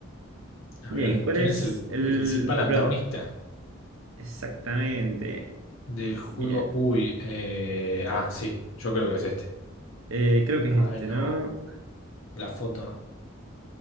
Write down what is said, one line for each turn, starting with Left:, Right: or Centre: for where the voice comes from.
Left: A
Right: Bien,
Left: ver,
Right: ¿cuál
Left: ¿quién
Right: es
Left: es el
Right: el...
Left: principal antagonista
Right: pro- Exactamente.
Left: del juego?
Right: Bien.
Left: Uy, eh... ah, sí, yo creo que es este.
Right: Eh, creo que es
Left: Ay,
Right: este,
Left: no.
Right: ¿no?
Left: La foto no.